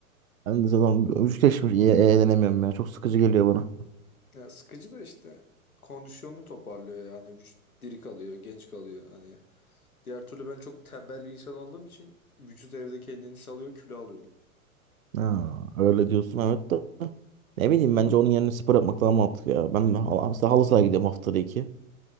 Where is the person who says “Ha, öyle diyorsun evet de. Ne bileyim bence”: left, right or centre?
Right